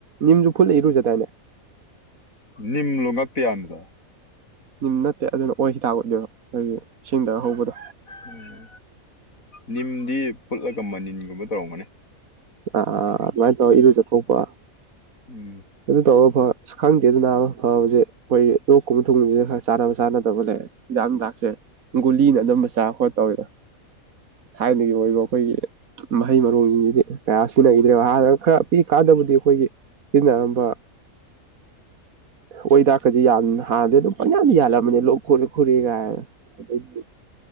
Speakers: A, on the right (about 80°); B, on the left (about 75°).
A: ꯅꯤꯝꯁꯨ ꯐꯨꯠꯂ ꯏꯔꯨꯖꯗꯥꯏꯅꯦ
B: ꯅꯤꯝꯂꯣꯉꯛꯄ ꯌꯥꯟꯕꯗꯣ
A: ꯅꯤꯝ ꯅꯠꯇꯦ ꯑꯗꯨꯅ ꯑꯣꯏ ꯍꯤꯗꯥꯛ ꯑꯣꯏꯗꯣꯏꯕ ꯑꯩꯈꯣꯏꯒꯤ ꯏꯁꯤꯡꯗꯒ ꯍꯧꯕꯗꯣ
B: ꯎꯝ ꯅꯤꯝꯗꯤ ꯐꯨꯠꯂꯒꯕ ꯃꯅꯤꯜꯒꯨꯝꯕ ꯇꯧꯔꯝꯒꯅꯤ
A: ꯑꯥ ꯑꯥ ꯑꯥ ꯑꯥ ꯑꯗꯨꯃꯥꯏ ꯇꯧꯔ ꯏꯔꯨꯖꯊꯣꯛꯄ
B: ꯎꯝ
A: ꯑꯗꯨ ꯇꯧꯔ ꯐ ꯈꯪꯗꯦ ꯑꯗꯨ ꯅꯥꯕ ꯐꯕꯁꯦ ꯑꯩꯈꯣꯏ ꯂꯣꯛꯀꯨꯝꯕ ꯊꯨꯝꯕꯁꯤ ꯈꯔ ꯆꯥꯟꯅꯕ ꯆꯥꯟꯅꯗꯕ ꯂꯩ ꯍꯤꯗꯥꯛ ꯅꯨꯡꯗꯥꯛꯁꯦ ꯒꯨꯂꯤꯅ ꯑꯅꯝꯕ ꯆꯥ ꯈꯣꯠ ꯇꯧꯋꯤꯗꯥ ꯊꯥꯏꯅꯒꯤ ꯑꯣꯏꯕ ꯑꯩꯈꯣꯏꯒꯤ ꯃꯍꯩ ꯃꯔꯣꯡꯖꯤꯡꯁꯤꯗꯤ ꯀꯌꯥ ꯁꯤꯖꯤꯟꯅꯈꯤꯗ꯭ꯔꯦꯕ ꯍꯥꯟꯅ ꯈꯔ ꯄꯤꯛꯏ ꯀꯥꯟꯗꯕꯨꯗꯤ ꯑꯩꯈꯣꯏꯒꯤ ꯁꯤꯖꯤꯟꯅꯔꯝꯃꯤ ꯕ ꯑꯣꯏ ꯍꯤꯗꯥꯛꯀꯗꯤ ꯌꯥꯝ ꯍꯥꯟꯅꯗꯤ ꯑꯗꯨꯝ ꯄꯪꯌꯥꯟꯗ ꯌꯥꯟꯂꯝꯃꯅꯤ ꯂꯣꯛ ꯈꯨꯔꯤ ꯈꯨꯔꯤ ꯀꯥꯏꯅ ꯑꯗꯩꯗꯤ